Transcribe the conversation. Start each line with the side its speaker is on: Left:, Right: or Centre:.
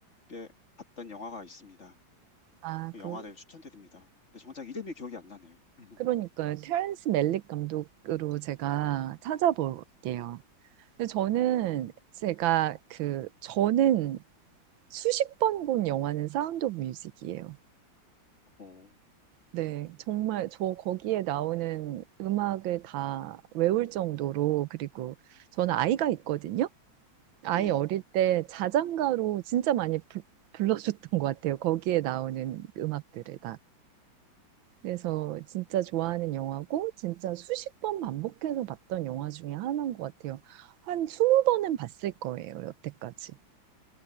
Left: 깊게 봤던 영화가 있습니다.
Right: 아,
Left: 그
Right: 그러,
Left: 영화를 추천드립니다. 근데 정작 이름이 기억이 안 나네요. <laughs>
Right: 그러니까요. 테런스 멜릭 감독으로 제가 찾아볼게요. 근데 저는 제가 그 저는 수십 번 본 영화는 사운드 오브 뮤직이에요.
Left: 오.
Right: 네, 정말 저 거기에 나오는 음악을 다 외울 정도로 그리고 저는 아이가 있거든요. 아이
Left: 네.
Right: 어릴 때 자장가로 진짜 많이 부- 불러줬던 것 같아요. 거기에 나오는 음악들을 그래서 진짜 좋아하는 영화고 진짜 수십 번 반복해서 봤던 영화 중에 하나인 것 같아요. 한 20번은 봤을 거예요, 여태까지.